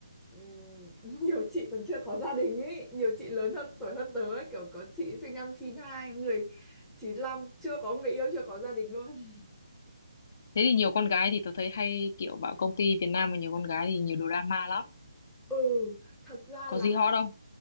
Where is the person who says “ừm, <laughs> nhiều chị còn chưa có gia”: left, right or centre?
Centre